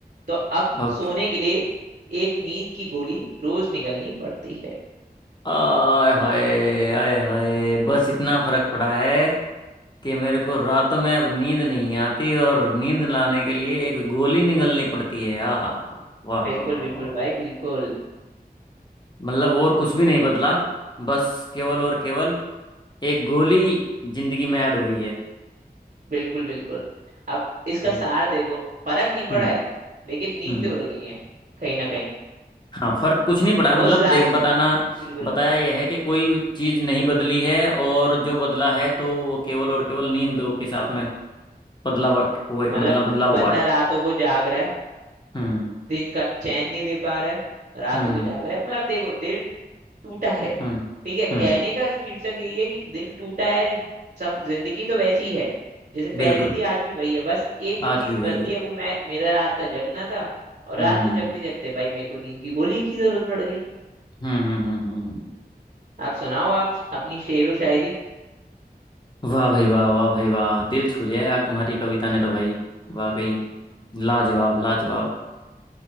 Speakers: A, on the right; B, on the left.
A: तो अब
B: ओके
A: सोने के लिए एक नींद की गोली रोज निगलनी पड़ती है
B: आय हाय आय हाय बस इतना फर्क पड़ा है कि मेरे को रात में अब नींद नहीं आती और नींद लाने के लिए एक गोली निगलनी पड़ती है आ हा हा वाह वाह
A: बिल्कुल
B: वाह
A: बिल्कुल
B: वाह वाह।
A: भाई बिल्कुल
B: मतलब और कुछ भी नहीं बदला बस केवल और केवल एक गोली जिंदगी में ऐड हुई है
A: बिल्कुल बिल्कुल अब इसका
B: हम्म
A: सार देखो फर्क नहीं
B: हम्म
A: पड़ा है लेकिन नींदें
B: हम्म
A: उड़ गई हैं कहीं ना कहीं
B: हाँ फर्क कुछ नहीं पड़ा मतलब
A: उस रात
B: देख बताना
A: बिल्कुल
B: बताया यह है कि कोई चीज नहीं बदली है और जो बदला है तो वो केवल और केवल नींद के साथ में बदलाव हुए
A: मतलब
B: मतलब बदलाव हुआ
A: बंदा
B: है
A: रातों को जाग रहा है
B: हम्म
A: दिन का चैन नहीं ले पा रहा है रातों
B: हम्म
A: को जाग रहा है मतलब देखो दिल टूटा है
B: हम्म
A: ठीक है कहने
B: हम्म
A: का शीर्षक यही है कि दिल टूटा है सब जिंदगी तो वैसी ही है जैसे पहले
B: बिल्कुल
A: थी आज भी वही है बस एक जो
B: आज
A: चीज
B: भी वही
A: बदली
B: है
A: है वो मैं मेरा रात का जगना था और
B: हम्म
A: रात को जगते जगते भाई मेरे को नींद की गोली की जरूरत पड़ गई
B: हम्म हम्म हम्म हम्म।
A: आप सुनाओ आप अपनी शेरो शायरी
B: वाह भाई वाह वाह भाई वाह दिल छू लिया यार तुम्हारी कविता ने तो भाई वाकई लाजवाब लाजवाब